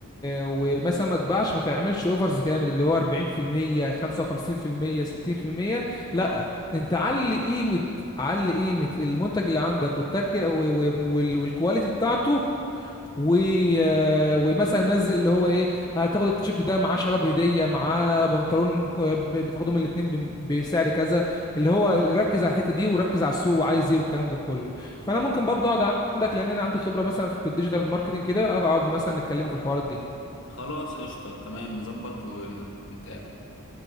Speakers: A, on the left; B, on the left.
A: ومثلا ما اتباعش ما تعملش اوفرز جامد اللي هو 40% 55% 60% لا
B: آه.
A: انت علي قيمه علي قيمه المنتج اللي عندك والتك و... و... وال... والكواليتي بتاعته و... آه، ومثلا نزل اللي هو ايه هتاخد التيشيرت ده معاه شراب هديه معاه بنطلون ك- ب- بتاخدهم الاتنين ب- بسعر كذا اللي هو ركز على الحته دي وركز على السوق وعايز ايه والكلام ده كله فانا ممكن برضو اقعد عندك لان انا عندي خبره مثلا في الديجيتال ماركتنج كده اقعد مثلا نتكلموا في الحوارات دي
B: خلاص قشطة تمام نظبط ونتقابل